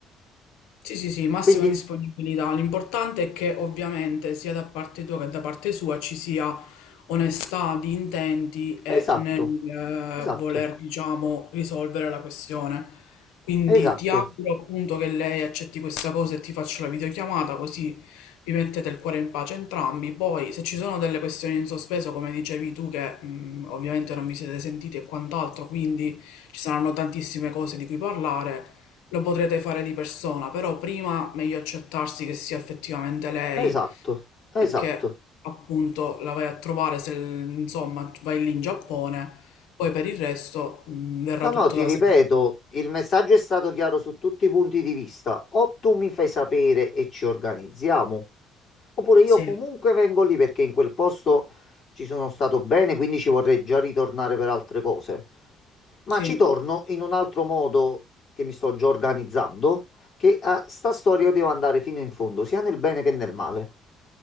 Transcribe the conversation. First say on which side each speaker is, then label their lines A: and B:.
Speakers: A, on the left; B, on the left.
A: Sì, sì, sì, massima
B: Quindi,
A: disponibilità. L'importante è che ovviamente sia da parte tua che da parte sua ci sia onestà di intenti e
B: esatto,
A: nel
B: esatto,
A: eh, voler, diciamo, risolvere la questione. Quindi
B: esatto.
A: ti auguro appunto che lei accetti questa cosa e ti faccia la videochiamata, così vi mettete il cuore in pace entrambi. Poi, se ci sono delle questioni in sospeso, come dicevi tu, che mh, ovviamente non vi siete sentiti e quant'altro, quindi ci saranno tantissime cose di cui parlare. Lo potrete fare di persona, però prima meglio accertarsi che sia effettivamente lei
B: Esatto, esatto.
A: e che appunto la vai a trovare se insomma vai lì in Giappone, poi per il resto mh, verrà
B: No,
A: tutto
B: no, ti
A: da
B: ripeto,
A: sé.
B: il messaggio è stato chiaro su tutti i punti di vista. O tu mi fai sapere e ci organizziamo, oppure io
A: Sì,
B: comunque vengo lì perché in quel posto ci sono stato bene, quindi ci vorrei già ritornare per altre cose. Ma
A: sì.
B: ci torno in un altro modo che mi sto già organizzando, che a sta storia io devo andare fino in fondo, sia nel bene che nel male.